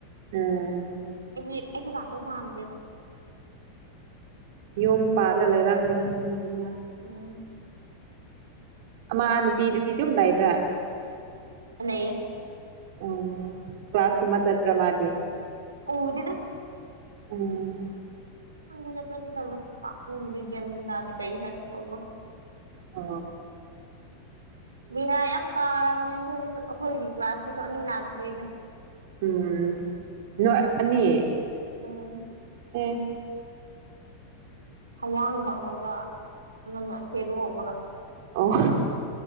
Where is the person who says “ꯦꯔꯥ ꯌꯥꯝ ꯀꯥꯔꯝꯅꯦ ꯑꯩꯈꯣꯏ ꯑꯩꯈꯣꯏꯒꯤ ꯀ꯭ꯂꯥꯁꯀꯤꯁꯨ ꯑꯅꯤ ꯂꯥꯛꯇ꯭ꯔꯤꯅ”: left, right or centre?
Right